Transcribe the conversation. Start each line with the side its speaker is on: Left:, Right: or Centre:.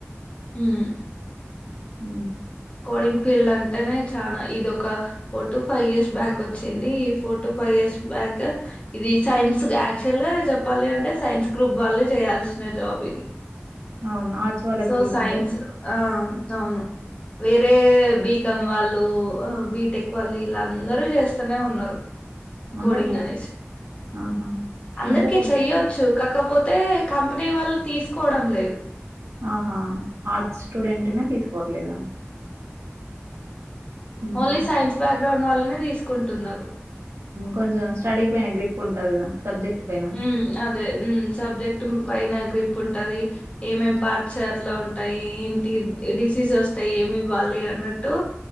Left: ఉమ్
Right: ఉ
Left: కోడింగ్ ఫీల్డ్ అంటేనే చానా ఇది ఒక four to, five years back వచ్చింది. ఈ four to, five years back. క్ ఇది సైన్స్ యాక్చువల్ గా చెప్పాలి అంటే సైన్స్ గ్రూప్ వాళ్ళు చేయాల్సిన జాబ్ ఇది.
Right: అవును ఆర్ట్స్ వాళ్ళకి
Left: సో
Right: వీలుండదా
Left: సైన్స్ ఆ అవును వేరే బి కాం వాళ్ళు, బీటెక్ వాళ్ళు, ఇలా అందరూ చేస్తూనే ఉన్నారు.
Right: అందరికి
Left: కోడింగ్ అనేసి
Right: ఆహా
Left: అందరికి
Right: అంటే వాళ్ళు
Left: చెయ్యొచ్చు కా కాకపోతే కంపెనీ వాళ్ళు తీసుకోవడం లేదు
Right: ఆహా ఆర్ట్స్ స్టూడెంట్నే తీసుకోవట్లేదా హుహు.
Left: ఓన్లీ సైన్స్ బ్యాక్గ్రౌండ్ వాళ్లనే తీసుకుంటున్నారు
Right: కొంచెం స్టడీ పైన గ్రిప్ ఉంటది గా సబ్జెక్ట్ పైన.
Left: హ్మ్ అదే హ్మ్ సబ్జెక్ట్ పైన గ్రిప్ ఉంటది. ఏమేమి పార్ట్స్ అట్లా ఉంటాయి, ఏంటి డిసీజ్ వస్తాయి ఏమి ఇవ్వాలి అన్నట్టు